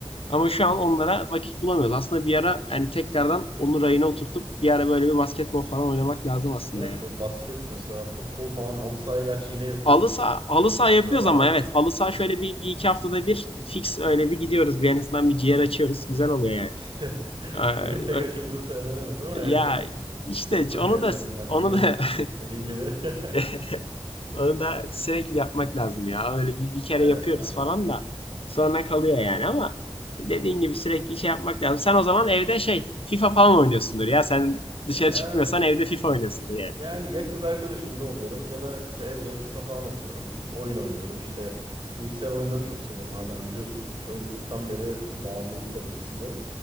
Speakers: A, on the left; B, on the right.
A: ama şu an onlara vakit bulamıyoruz. Aslında bir ara hani tekrardan onu rayına oturtup bir ara böyle bir basketbol falan oynamak lazım aslında
B: Evet
A: ya.
B: böyle basket mesela futbol falan halı sahayı gerçi yine yapıyoruz
A: Halı saha, halı saha
B: e, bu
A: yapıyoruz
B: sıralar
A: ama
B: ama
A: evet halı saha şöyle bir, bir iki haftada bir fix öyle bir gidiyoruz. Bir en azından bir ciğer açıyoruz. Güzel oluyor yani.
B: <laughs>
A: Ee,
B: benim pek
A: ö-
B: açıldığı söylenemez ama
A: ya
B: yani <laughs>
A: işte
B: çok koşamıyorum
A: onu da
B: ben
A: onu
B: biliyorsun
A: da <laughs>
B: senin gibi.
A: <laughs>
B: <laughs>
A: Onu da sürekli yapmak lazım ya. Öyle bir, bir kere
B: Evet
A: yapıyoruz
B: abi
A: falan da sonra kalıyor yani ama işte dediğin gibi sürekli şey yapmak lazım. Sen o zaman evde şey FIFA falan oynuyorsundur ya. Sen dışarı
B: evet.
A: çıkmıyorsan evde FIFA oynuyorsundur yani.
B: Yani ya kız arkadaşımda oluyorum ya da işte evde FIFA falan atıyorum. Oyun oynuyorum. İşte bilgisayar oyunlarını çok seviyorum ha ben biliyorsun. Çocukluktan beri bağımlılık derecesinde.